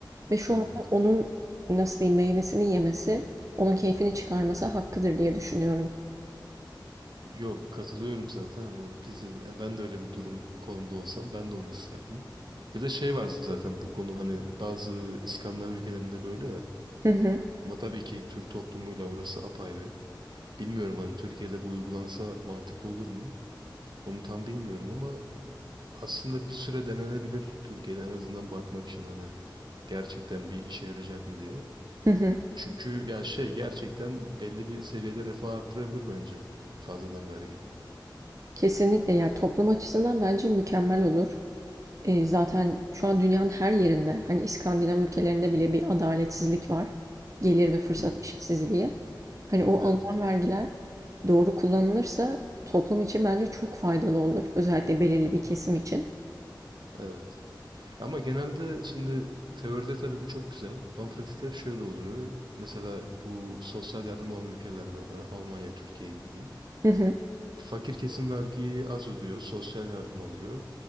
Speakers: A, on the right; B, on the right.
A: ve şu
B: Evet.
A: anda onun nasıl diyeyim meyvesini yemesi, onun keyfini çıkarması hakkıdır diye düşünüyorum.
B: Yok katılıyorum zaten. Hani biz de- yani ben de öyle bir durum konumda olsam ben de onu isterdim. Bir de şey var zaten bu konu hani bazı İskandinav ülkelerinde böyle ya.
A: Hı hı,
B: Ama tabii ki Türk toplumuyla orası apayrı. Bilmiyorum hani Türkiye'de bu uygulansa mantıklı olur mu? Onu tam bilmiyorum ama aslında bir süre denenebilir Türkiye'de en azından bakmak için hani gerçekten bir işe yarayacak mı diye.
A: hı hı.
B: Çünkü ya şey gerçekten belli bir seviyede refah arttırabilir bence fazladan vergi.
A: Kesinlikle ya toplum açısından bence mükemmel olur. Eee, zaten şu an dünyanın her yerinde, hani, İskandinav ülkelerinde bile bir adaletsizlik var. Gelir ve fırsat
B: Hı hı.
A: eşitsizliği. Hani, o
B: Evet.
A: alınan vergiler doğru kullanılırsa toplum için bence çok faydalı olur. Özellikle belirli bir kesim için.
B: Evet. Ama genelde şimdi teoride tabii bu çok güzel ama pratikte hep şöyle oluyor. Mesela bu sosyal yardım alan ülkelerde hani Almanya, Türkiye gibi diyeyim.
A: Hı hı.
B: Fakir kesim vergiyi az ödüyor, sosyal yardım alıyor.